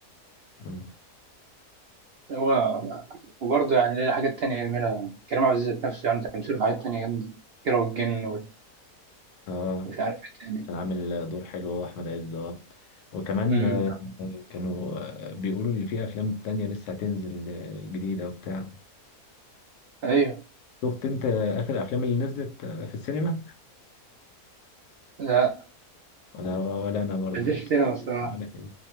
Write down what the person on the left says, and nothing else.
مم.
اه
كان عامل دور حلو هو احمد عز اه وكمان
آه، كانوا آه، بيقولوا لي في افلام تانية لسه هتنزل آه، جديدة وبتاع
شفت انت اخر الافلام اللي نزلت آه، في السينما
ولا ولا انا برضو
ولا كده